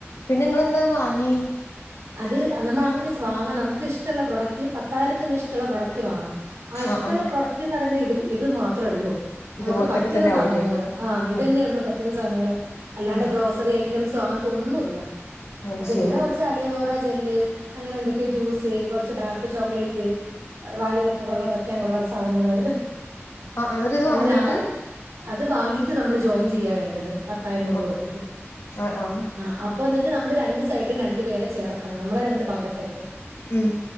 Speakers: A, on the left (about 75°); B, on the right (about 75°).
A: പിന്നെ ഇങ്ങള് എന്താ അത് വാങ്ങി
B: അത് നമ്മള് അങ്ങനെ വാങ്ങണം നമുക്ക് ഇഷ്ടള്ള പ്രൊഡക്ട് പത്തായിരത്തിന് ഇഷ്ടള്ള പ്രൊഡക്ട് വാങ്ങണം ആ ഇഷ്ടള്ള
A: ആഹ് ആഹ്
B: പ്രൊഡക്റ്റ് ന്ന് പറയുന്ന ഇത് ഇത് മാത്ര ഒള്ളൂ നമുക്ക്
A: ഇതുപോലത്തൊക്കെ
B: പറ്റുന്ന
A: തന്നെ
B: സാധനങ്ങള്
A: ആവൂലേ
B: ആ ഇതന്നെ
A: ഉം
B: ഒള്ളൂ പറ്റുന്ന സാധനങ്ങള് അല്ലാണ്ട്
A: ഉം
B: ഗ്രോസ് ത്രി ഐറ്റംസോ അങ്ങൻത്ത ഒന്നു ഇല്ല
A: അത്
B: അപ്പ
A: ശരി
B: ഇങ്ങനെ കൊർച് അലെവോറ ജെല്ല് അങ്ങനെ എന്തൊക്കെയോ ജ്യൂസ് കൊർച്ച് ഡാർക്ക് ചോക്ലേറ്റ് വായില് വെക്ക കൊള്ള വെക്കാൻ കൊള്ളാത്ത സാധനങ്ങള്
A: ആഹ് എന്നിട്ട് ഇത്
B: അങ്ങനെ
A: വാങ്ങീട്ട്
B: ആ അത് വാങ്ങീട്ട് നമ്മള് ജോയിൻ ചെയ്യാ വേണ്ടത് പത്തായിരം രൂപ
A: ആഹ്
B: കൊടുത്ത്ട്ട്
A: ആഹ് ആഹ്
B: ആ അപ് അപ്പോ വന്നിട്ട് നമ്മള് രണ്ട് സൈഡില് രണ്ട് പേരെ ചേർക്കണം നമ്മളെ രണ്ട് ഭാഗ തായിട്ട്
A: ഉം